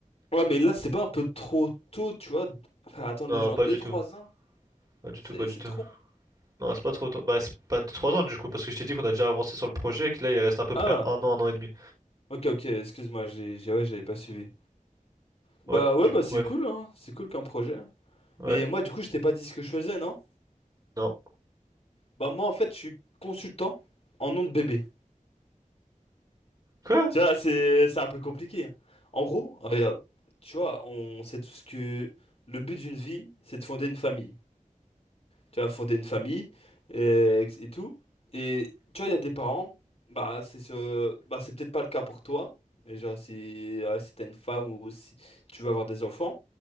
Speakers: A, on the left; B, on the right.
A: Ouais, mais là, c'est pas un peu trop tôt, tu vois, d- faire attendre
B: Non,
A: les gens
B: pas
A: deux,
B: du
A: trois
B: tout.
A: ans?
B: Pas du tout,
A: C'est
B: pas du
A: c'est
B: tout.
A: trop.
B: Non, c'est pas trop tôt. Bah, c'est pas de trois ans du coup, parce que je t'ai dit qu'on a déjà avancé sur le projet et que là, il reste à peu
A: Ah,
B: près un an, un an et demi.
A: ok, ok, excuse-moi, Ouais. j'ai, j'ai- ouais, j'avais pas suivi. Bah
B: Ouais, du
A: ouais, bah
B: coup,
A: c'est
B: bref.
A: cool, hein, c'est cool comme projet.
B: Ouais,
A: Mais moi, du coup, je t'ai pas dit ce que je faisais, non?
B: non.
A: Bah moi, en fait, je suis consultant en nom de bébé.
B: Quoi?
A: Tu vois, c'est, c'est un peu compliqué. hein. En gros, regarde, tu vois, on sait tous que le but d'une vie, c'est de fonder une famille. tu vois, fonder une famille et, et tout. Et tu vois, il y a des parents, bah c'est ce, bah c'est peut-être pas le cas pour toi, et genre si, euh, si t'as une femme ou si tu veux avoir des enfants,